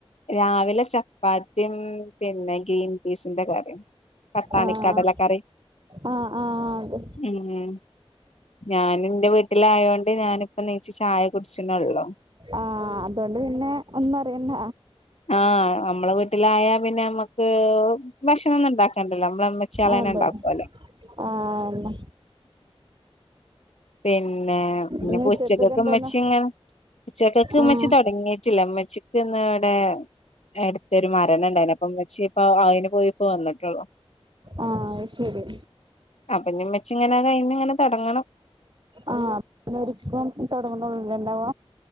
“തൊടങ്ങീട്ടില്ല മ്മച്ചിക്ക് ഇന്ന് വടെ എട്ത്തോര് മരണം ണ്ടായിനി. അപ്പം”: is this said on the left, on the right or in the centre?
Left